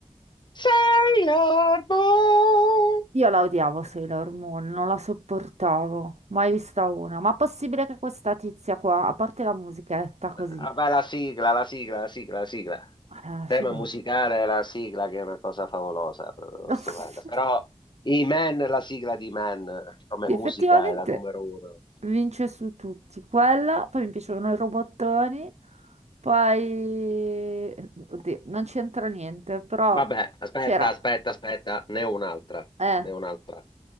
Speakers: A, on the left; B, on the right.
A: Sailor Moon!
B: Io la odiavo Sailor Moon, non la sopportavo, mai vista una. Ma possibile che questa tizia qua, a parte la musichetta così,
A: Ah, beh, la sigla, la sigla, la sigla, la sigla.
B: Ah,
A: Tema
B: figo.
A: musicale, la sigla che è una cosa favolosa, proprio
B: <laughs>
A: stupenda. Però i Man, la sigla di Man, come
B: Sì,
A: musica
B: Effettivamente
A: è la numero uno.
B: vince su tutti. Quella, poi mi piacevano i robottoni, poi... Oddio, non c'entra niente, però
A: Vabbè, aspetta,
B: c'era...
A: aspetta, aspetta, ne ho un'altra,
B: Eh,
A: ne ho un'altra.